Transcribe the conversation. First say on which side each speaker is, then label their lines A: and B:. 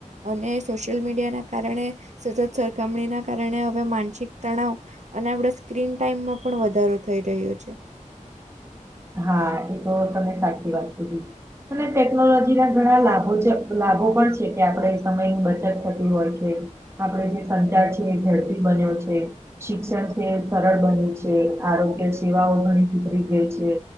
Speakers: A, on the right (about 60°); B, on the right (about 20°).
A: અને સોશિયલ મીડિયાના કારણે સતત સરખામણીના કારણે હવે માનસિક તણાવ અને આપણા સ્ક્રીન ટાઈમમાં પણ વધારો થઈ રહ્યો છે.
B: હા એ તો તમે સાચી વાત કીધી. અને ટેકનોલોજી ના ઘણા લાભો લાભો પણ છે કે આપણે સમયની બચત થતી હોય છે. આપડે જે સંચાર છીએ એ ઝડપી બન્યો છે. શિક્ષણ છે એ સરળ બની છે, આરોગ્ય સેવાઓ ઘણી સુધરી ગઈ.